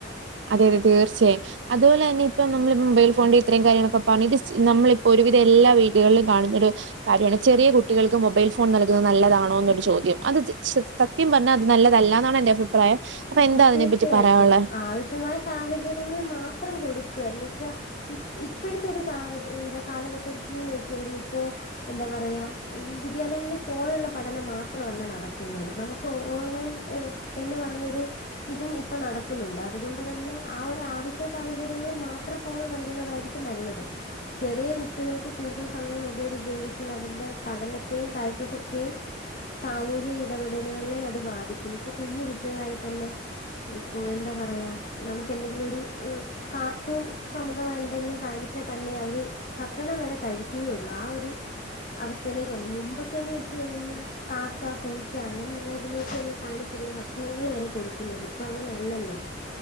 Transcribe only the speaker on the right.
അതെ അതെ തീർച്ചയായും അതുപോലെ അന്നെ ഇപ്പം നമ്മള് മൊബൈൽ ഫോണിൻ്റിത്രേം കാര്യങ്ങളൊക്കെ പറഞ്ഞിതിസ് നമ്മളിപ്പൊരുവിധെല്ലാ വീടുകളിലും കാണുന്നൊരു കാര്യാണ് ചെറിയ കുട്ടികൾക്ക് മൊബൈൽ ഫോൺ നല്കുന്നത് നല്ലതാണോന്നൊരു ചോദ്യം അത് ചെ ശെദ് സത് സത്യം പറഞ്ഞാ അത് നല്ലതല്ലാന്നാണെൻ്റെ അഭിപ്രായം അപ്പൊ എന്താ
അതിനെപ്പറ്റി
പറയാനുള്ളെ?